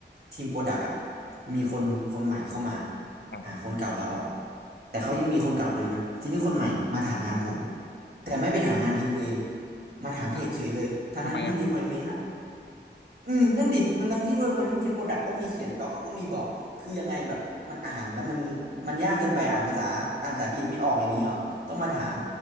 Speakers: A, on the right; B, on the left.
A: ทีมโปรดักต์อ่ะมีคนคนใหม่เข้ามา
B: อ่ะ
A: อ่าคนเก่าลาออกแต่เขายังมีคนเก่าเลยนะทีนี้คนใหม่มาถามงานผมแต่ไม่ไปถามงานทีมตัวเองมาถามเทคเฉยเลยทั้งทั้งที่
B: อ่ะทำไมอ่ะ
A: requirement อ่ะอืมนั่นดิทั้งทั้งที่ requirement ทีมโปรดักต์ก็มีเขียนแล้วเขาก็มีบอกคือยังไงแบบมันอ่านแล้วมันมันยากเกินไปอ่านภาษาอ่านภาษาอังกฤษไม่ออกอย่างนี้เหรอต้องมาถาม